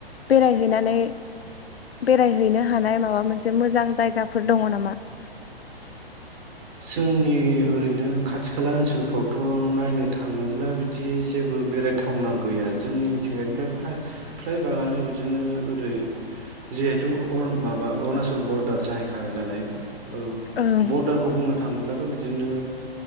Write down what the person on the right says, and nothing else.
जोंनि ओरैनो खाथि खाला ओनसोलफ्रावथनायनो थांङोब्ला बिदि जेबो बेरायथावना गैया जोंनिथिंजायफ्राय फ्राय बागानो बिदिनो ओरै जिहेथु अरु माबा अरुणाचल बरदार जाहैखाबाय नालाय औ
बरडारखौ बुंनो थाङोब्लाथ बिदिनो